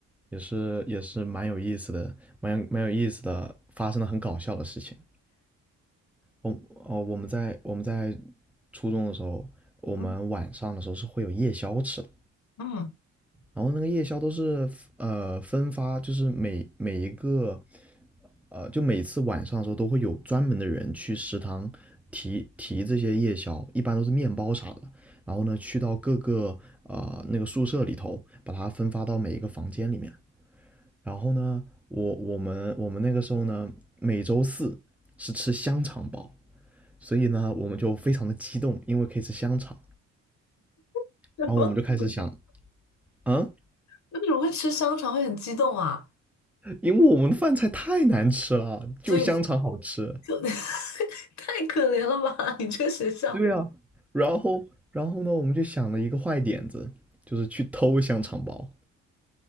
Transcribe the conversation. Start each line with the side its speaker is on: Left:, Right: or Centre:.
Centre: 也是也是蛮有意思的，蛮有蛮有意思的，发生了很搞笑的事情。我哦，我们在我们在初中的时候，我们晚上的时候是会有夜宵吃的。
Left: 嗯嗯，
Centre: 然后那个夜宵都是呃分发，就是每每一个呃，就每次晚上的时候都会有专门的人去食堂提提这些夜宵，一般都是面包啥的。然后呢，去到各个呃那个宿舍里头，把它分发到每一个房间里面。然后呢，我我们我们那个时候呢，每周四是吃香肠包，所以呢，我们就非常的激动，因为可以吃香肠。
Left: <laughs> 什么鬼？
Centre: 然后我们就开始想，
Left: <laughs>
Centre: 嗯。
Left: 为什么会吃香肠会很激动啊？
Centre: 因为我们的饭菜太难吃了，就香肠好吃。
Left: 所以就 <laughs> 太可怜了吧，你这个学校，
Centre: 对啊，然后，然后呢，我们就想了一个坏点子，就是去偷香肠包。